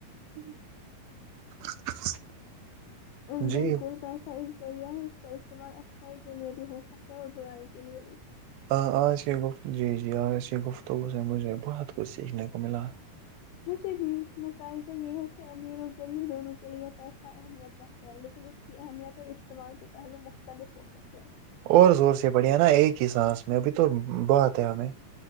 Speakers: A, on the right (about 80°); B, on the left (about 80°).
A: <unintelligible>
B: <unintelligible> ایسا
A: جی
B: ایک ذریعہ ہے اس کا استعمال اچھائی کے لیے بھی ہو سکتا ہے اور برائی کے لیے بھی
A: ہ آج یہ گفت جی جی آج یہ گفتگو سے مجھے بہت کچھ سیکھنے کو ملا
B: مجھے بھی نتائجہ یہ ہے کہ امیر اور غریب دونوں کے لیے پیسہ اہمیت رکھتا ہے لیکن اس کی اہمیت اور استعمال کے پہلو مختلف ہو سکتے ہیں
A: اور زور سے پڑھیا نا ایک ہی سانس میں ابھی تو بات ہے ہمیں